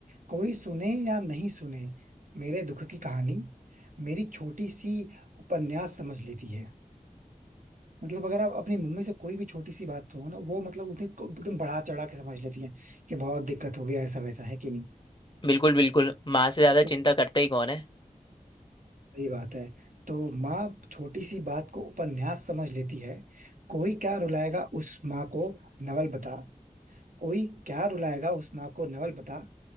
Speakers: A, on the right; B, on the left.
A: कोई सुने या नहीं सुने मेरे दुख की कहानी मेरी छोटी सी उपन्यास समझ लेती है मतलब अगर आप अपनी मम्मी से कोई भी छोटी सी बात हो ना वो मतलब उन्हें को- एकदम बढ़ा चढ़ा के समझ लेती है कि बहुत दिक्कत हो गया ऐसा वैसा है कि नहीं
B: बिल्कुल बिल्कुल माँ से ज्यादा
A: तो
B: चिंता करता ही कौन है
A: सही बात है तो माँ छोटी सी बात को उपन्यास समझ लेती है कोई क्या रुलाएगा उस माँ को नवल बता कोई क्या रुलाएगा उस माँ को नवल बता